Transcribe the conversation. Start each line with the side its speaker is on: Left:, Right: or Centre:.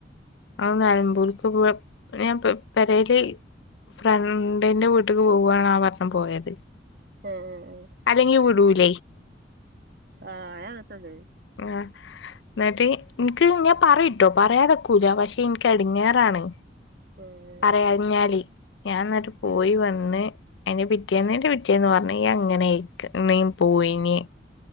Left: ഞങ്ങൾ നെലമ്പൂർക്ക് പോയ ഞാൻ പേരെല്. ഫ്രണ്ടിന്റെ വീട്ടേക്ക് പോവാണ് ആ പറഞ്ഞ പോയത്.
Right: ഉം ഉം
Left: അല്ലെങ്കി വിടൂല.
Right: ആഹ് അത്‌ നന്നായി
Left: ആഹ്. ന്നിട്ട് എനിക്ക് ഞാൻ പറട്ടോ പറയാതെക്കൂല പക്ഷെ എനിക്ക് എടിങ്ങേറാണ്.
Right: ആഹ്
Left: പറയാഞ്ഞാല് ഞാൻ എന്നിട്ട് പോയി വന്ന്. അയ്ന്റെ പിറ്റേന്ന്ന്റെ പിറ്റേന്ന് പറഞ്ഞ ഞാൻ ങ്ങനെ പോയിന.